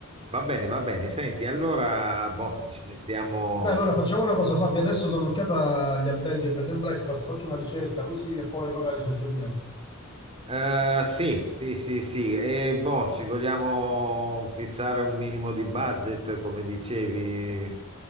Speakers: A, on the right; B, on the left.
A: Va bene, va bene. Senti, allora, boh, ci mettiamo...
B: Dai, allora facciamo una cosa, Fabio. Adesso do un'occhiata agli alberghi e bed and breakfast, faccio una ricerca così e poi magari ci aggiorniamo.
A: Eh, sì, sì, sì, sì. E boh, ci vogliamo fissare un minimo di budget, come dicevi.